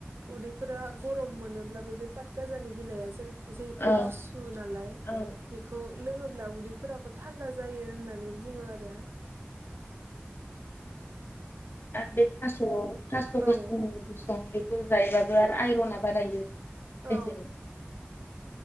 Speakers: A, on the right (about 65°); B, on the left (about 60°).
A: उदैफोरा गरम मोनोब्लाबो बे पात गाजानि बिलाइआ जेरै जिहेथु
B: औ
A: गुसु नालाय
B: औ
A: बेखौ लोङो अब्ला उदैफोराबो थानदा जायो होननानै बुङो आरो
B: आरो बे थास'आव थास' गोसोमनि
A: औ
B: बि सं बेखौ जायोबाबो आरो आइरना बारायो <unintelligible>
A: औ